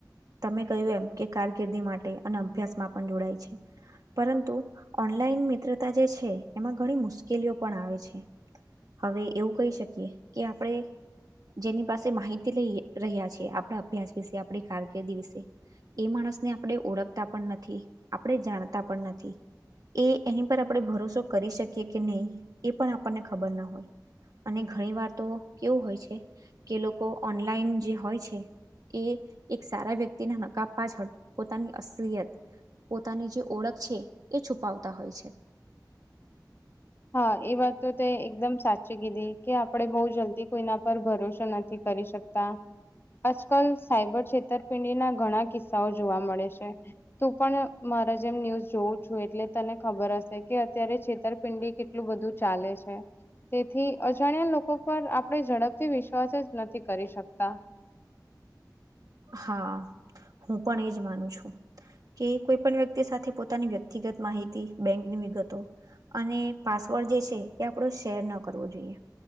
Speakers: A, on the right (about 55°); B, on the left (about 30°).
A: તમે કહ્યું એમ કે કારકિર્દી માટે અને અભ્યાસ માં પણ જોડાય છે પરંતુ ઓનલાઈન મિત્રતા જે છે એમાં ઘણી મુશ્કેલીઓ પણ આવે છે. હવે એવું કહી શકીએ કે આપણેે જેની પાસે માહિતી લઈ રહ્યા છે આપણા અભ્યાસ વિશે. આપણી કારકિર્દી વિશે. એ માણસને આપણે ઓળખતા પણ નથી આપણે જાણતા પણ નથી એ એની પર આપણે ભરોસો કરી શકીએ કે નહીં એ પણ આપણને ખબર ના હોય અને ઘણી વાર તો કેવું હોય છે કે લોકો ઓનલાઈન જે હોય છે એ એક સારા વ્યક્તિના નકા પાછળ પોતાની અસલિયત પોતાની જે ઓળખ છે એ છુપાવતા હોય છે
B: હા એ વાત તો તે એકદમ સાચી કીધી કે આપડે બહુ જલ્દી કોઈના પર ભરોસો નથી. કરી શકતા આજકાલ સાયબર છેતરપિંડી ના ઘણા કિસ્સાઓ જોવા મળે છે તું પણ. મા જેમ ન્યુઝ જોઉું છું એટલે તને ખબર હશે કે અત્યારે છેતરપિંડી કેટલું બધું ચાલે છે તેથી અજાણ્યા લોકો પર આપણે ઝડપથી વિશ્વાસ જ નથી કરી શકતા
A: હા હું પણ એજ માનું છું કે કોઈ પણ વ્યક્તિ સાથે પોતાની વ્યક્તિગત માહિતી બેંકની વિગતો અને પાસવર્ડ જે છે એ આપડો શેર ન કરવો જોઈએ